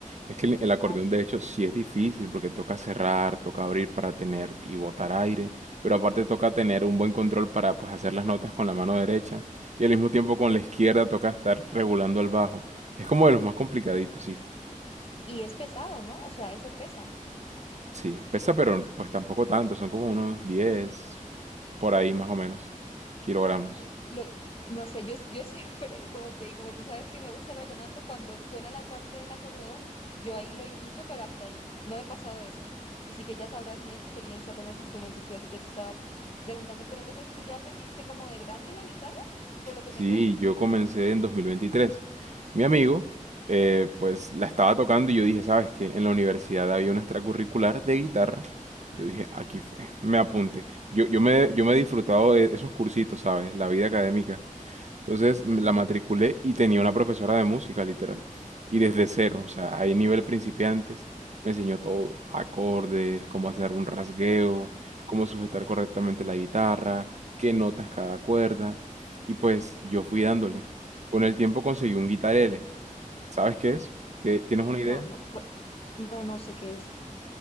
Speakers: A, on the right; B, on the left.
A: Es que el, el acordeón,
B: Ah,
A: de hecho, sí es difícil porque toca cerrar, toca abrir para tener y botar aire. Pero aparte toca tener un buen control para pues, hacer las notas con la mano derecha. Y al mismo tiempo con la izquierda toca estar regulando el bajo. Es como de los más complicaditos. sí,
B: y es pesado, ¿no? O sea, eso pesa.
A: Sí, pesa, pero pues tampoco tanto, son como unos 10 por ahí más o menos, kilogramos.
B: Eh, lo- no sé, yo, yo siempre, <laughs> como te como tú sabes que me gusta el vallenato, cuando suena la parte del acordeón, yo ahí lo imito, pero hasta ahí. No he pasado de eso. Así que ya sabrás mi experiencia con los instrumentos, por eso te estaba preguntando. Pero entonces, ¿tú ya aprendiste como de grande la guitarra, por lo que
A: Sí,
B: me cuentas?
A: yo comencé en 2023. Mi amigo, eh, pues la estaba tocando y yo dije, ¿sabes qué? En la universidad había una extracurricular de guitarra. Yo dije, aquí fue, me apunté.
B: Uh,
A: Yo, yo me, yo me he disfrutado de esos cursitos, ¿sabes? La vida académica. Entonces me la
B: sí.
A: matriculé y tenía una profesora de música, literal. Y desde cero, o sea, hay nivel principiantes, me enseñó todo, acordes, cómo hacer un rasgueo, cómo sujetar correctamente la guitarra, qué notas cada cuerda. Y pues yo fui dándole. Con el tiempo conseguí un guitarele. ¿Sabes qué es? ¿Te- ¿Tienes
B: ¿Qué
A: una
B: es?
A: idea?
B: No, no, cu- no, no sé qué es.